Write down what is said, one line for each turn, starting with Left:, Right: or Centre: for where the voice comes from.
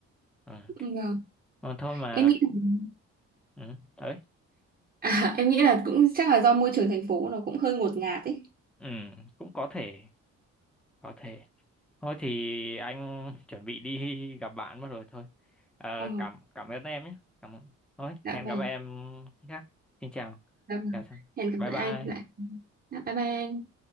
Centre: Ừ.
Right: Ừ, vâng.
Centre: Mà thôi mà
Right: Em nghĩ là, <laughs>
Centre: ừ, đấy,
Right: à, em nghĩ là cũng chắc là do môi trường thành phố nó cũng hơi ngột ngạt ấy.
Centre: ừ, cũng có thể, có thể. Thôi thì anh chuẩn bị đi gặp bạn mất rồi thôi. Ờ,
Right: Ờ,
Centre: cảm cảm ơn em nhé. Cảm ơn. Thôi,
Right: dạ
Centre: hẹn
Right: vâng,
Centre: gặp em khi khác. Xin chào.
Right: dạ vâng.
Centre: Chào chào.
Right: Hẹn gặp
Centre: Bye
Right: lại
Centre: bye.
Right: anh lại. Dạ, bye bye anh.